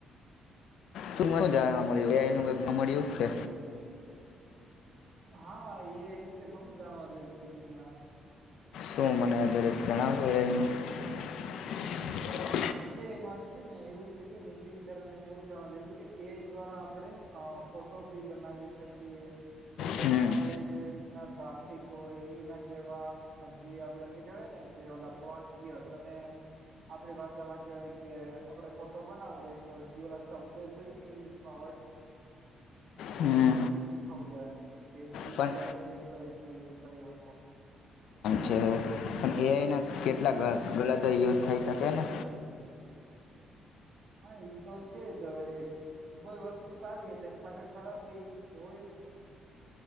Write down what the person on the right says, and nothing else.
ને એ
તો
હા એ વિશે ઘણું જાણવા દું મીટિંગમાં.
એઆઈ માં છે ને એવું છે કે મિટિંગ દરમિયાન એવું જણાવ દેું કે એઆઈ દ્વારા આપડે ફોટો ભી બનાવી શકીએ ફોટો
ના કેવાય કે ડ્રાફિક હોય એના કેવા જે આપડે જે કેહેવાય ને કે ઓ પ્લોન્ટ હોય તમે. આપડી ભાષા. માં કવાય કે આપડણે ફોટો બનાવવું હોય તો જે શબ્દ જોઈએ ને ઇંગ્લિશમાં વર્ડ.
એ શીખવ જાયને કે ઇંગ્લિશ
વર્ડ કેમતે યુઝ કરી શકો
હમ
હા એ તો છે જ હવે કોઈ વસ્તુ સારી હ તો એની પાછળ ખરાબ બી હોય હા